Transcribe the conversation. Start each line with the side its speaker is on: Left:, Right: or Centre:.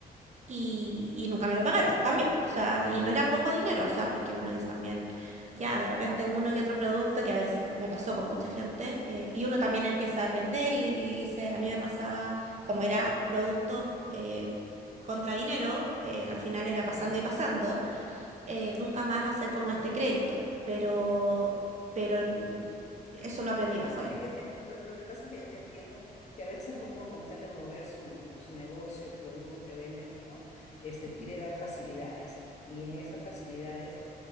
Right: y, y nunca me lo pagaron también. O sea, y no era poco dinero, o sea, porque uno dice también, ya, de repente uno que otro producto, que a veces me pasó con mucha gente, eh, y uno también empieza a aprender y, y dice, a mí me pasaba, como era producto eh, contra dinero, eh, al final era
Left: claro.
Right: pasando y pasando, eh, nunca más hacer como este crédito, pero, pero n- eso lo aprendí
Left: Lo que pasa
Right: después.
Left: es que
Right: po.
Left: yo, eh, lo, lo que pasa es que yo te entiendo que a veces uno con tal de mover su, su negocio, el producto que vendes, ¿no? Este,
Right: Ujú,
Left: quiere dar facilidades y en esas facilidades